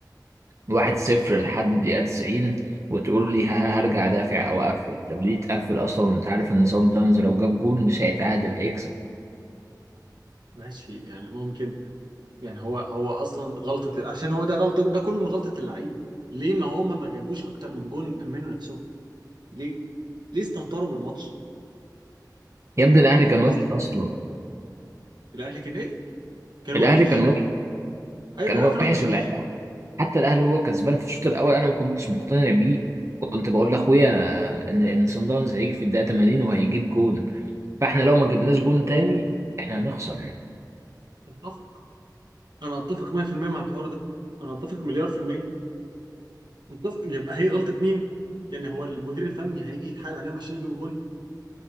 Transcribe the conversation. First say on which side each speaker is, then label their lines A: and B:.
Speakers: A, on the right; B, on the right.
A: واحد صفر لحد الدقيقة 90 وتقول لي ه- هرجع دافع أو أقفل طب ليه تقفل أصلا وأنت عارف إن صن داونز لو جاب جول مش هيتعادل هيكسب
B: ماشي يعني ممكن يعني هو هو اصلا غلطة عشان هو ده غلطة ده كله من غلطة اللعيبة ليه ما هما ما جابوش اكتر من جون امنوا نفسهم ليه ليه استهتروا بالماتش
A: يا ابني
B: يعني
A: الأهلي
B: ليه اللعيبه
A: كان وحش
B: است-
A: أصلا
B: الاهلي كان ايه؟ كان
A: الأهلي
B: وحش
A: كان وحش
B: ايوه
A: كان
B: انا
A: وحش
B: عارف ان هو كان وحش
A: اللعيبة حتى الأهلي هو كسبان في الشوط الأول أنا ما كنتش مقتنع بيه كنت بقول لأخويا إن إن صن داونز هيجي في الدقيقة 80 وهيجيب جون فإحنا لو ما جبناش جون تاني إحنا هنخسر
B: اتفق انا اتفق 100% مع الحوار ده انا اتفق مليار في المية اتفق يبقى هي غلطة مين؟ يعني هو المدير الفني هيجي يتحايل عليهم عشان يجيبوا جون